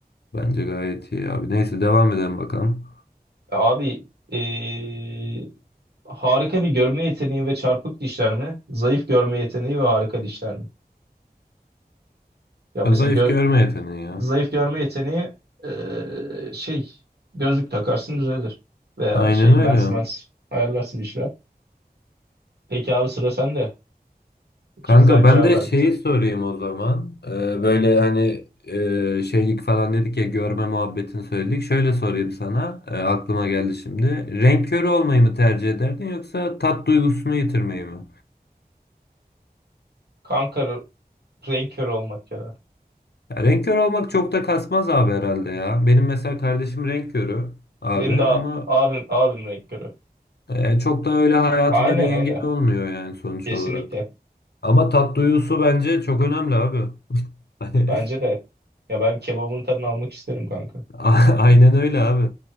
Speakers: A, on the left; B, on the right.
A: Bence gayet iyi abi. Neyse devam edelim bakalım.
B: E, Abi eee, harika bir görme yeteneği ve çarpık dişler mi? Zayıf görme yeteneği ve harika dişler mi? Ya
A: Ha,
B: mesela
A: zayıf
B: gö-
A: görme yeteneği ya.
B: zayıf görme yeteneği eee, şey gözlük takarsın düzelir. Veya
A: Aynen
B: şey
A: öyle.
B: lens mens ayarlarsın bir şeyler. Peki abi sıra sende. İkimiz
A: Kanka
B: de aynı
A: ben
B: cevabı
A: de
B: verdik
A: şeyi
B: zaten.
A: sorayım o zaman. Ee, böyle hani e, şeylik falan dedik ya görme muhabbetini söyledik. Şöyle sorayım sana. e, aklıma geldi şimdi. Renk körü olmayı mı tercih ederdin yoksa tat duygusunu yitirmeyi mi?
B: Kanka r- renk körü olmak ya.
A: Ya, renk körü olmak çok da kasmaz abi herhalde ya. Benim mesela kardeşim renk körü abi
B: Benim
A: ama
B: de a- abim abim renk körü.
A: e, çok da öyle hayatına
B: Aynen
A: bir engel
B: aynen.
A: olmuyor yani sonuç
B: Kesinlikle.
A: olarak. Ama tat duygusu bence çok önemli abi. <laughs> Hani
B: Bence de. Ya ben kebabın tadını almak isterim kanka.
A: A- <laughs> Aynen öyle abi.